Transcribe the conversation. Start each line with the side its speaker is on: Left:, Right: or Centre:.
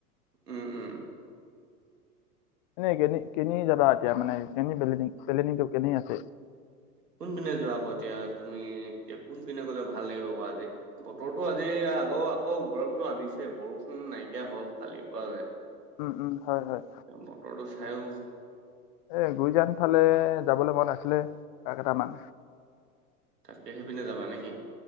Right: উম-উম।
Left: এনে কে কিনি যাবা, এতিয়া মানে কেনি প্লেনিং, প্লেনিংটো কেনি আছে?
Right: কোন পিনে যোৱা আকৌ এতিয়া তুমি? এতিয়া কোনপিনে গ'লে ভাল লাগিব আকৌ আজি! বতৰটো আজি আগৌ আকৌ গৰমতটো আনিছে, বৰষুণ নাইকিয়া হল কালিৰ পৰা।
Left: উম- উম, হয়, হয়।
Right: বতৰটো চাইও
Left: এই গুইজান ফালে যাবলৈ মন আছিলে পাক এটামান।
Right: তাকে সেইপিনে যাবা নেকি